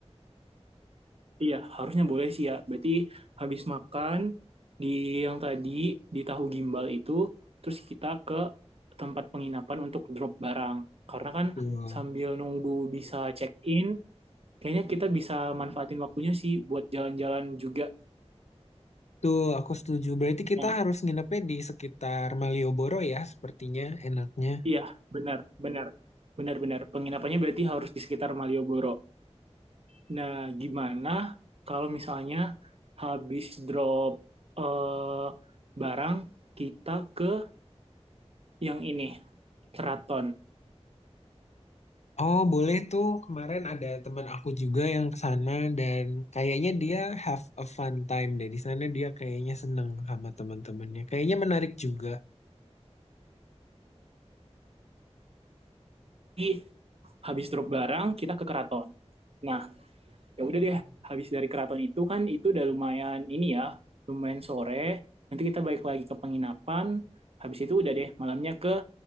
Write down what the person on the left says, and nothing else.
Tuh,
tuh aku setuju. Berarti kita
harus nginepnya di sekitar Malioboro ya sepertinya enaknya.
Oh, boleh tuh. Kemarin ada teman aku juga yang ke sana dan kayaknya dia have a fun time deh. Di sana dia kayaknya seneng sama teman-temannya. Kayaknya menarik juga.